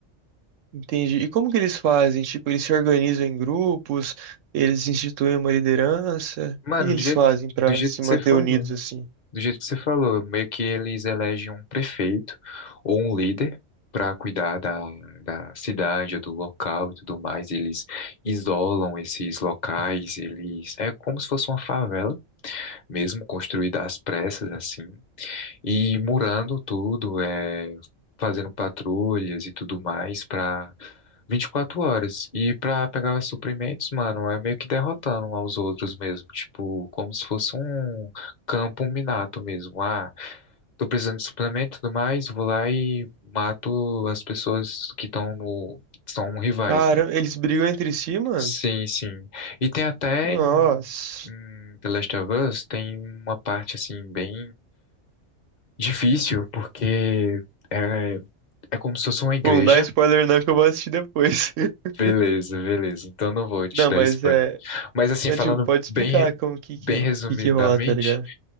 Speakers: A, on the right (about 80°); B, on the left (about 45°).
A: Entendi. E como que eles fazem? Tipo, eles se organizam em grupos, eles instituem uma liderança,
B: Mano,
A: o que que eles
B: do jeito,
A: fazem pra
B: do jeito
A: se
B: que
A: manter
B: você falou,
A: unidos, assim?
B: do jeito que você falou, meio que eles elegem um prefeito ou um líder para cuidar da, da cidade, ou do local e tudo mais. Eles isolam esses locais, eles. É como se fosse uma favela mesmo, construída às pressas, assim, e murando tudo, é, fazendo patrulhas e tudo mais para 24 horas. E pra pegar suprimentos, mano, é meio que derrotando um aos outros mesmo. Tipo, como se fosse um campo minado mesmo. Ah, tô precisando de suplemento e tudo mais, vou lá e mato as pessoas que estão no. São rivais,
A: Caramba,
B: mano.
A: eles brigam entre si, mano?
B: Sim, sim. E tem até
A: Nossa.
B: em, em The Last of Us, tem uma parte assim, bem difícil, porque é, é como se fosse uma igreja.
A: Bom, não dá spoiler não que eu vou assistir depois. <laughs>
B: Beleza, beleza. Então não vou te
A: Não,
B: dar
A: mas
B: spoiler.
A: é.
B: Mas assim,
A: é,
B: falando
A: tipo, pode explicar
B: bem,
A: como que
B: bem
A: que, ro-
B: resumidamente,
A: que, que rola, tá ligado?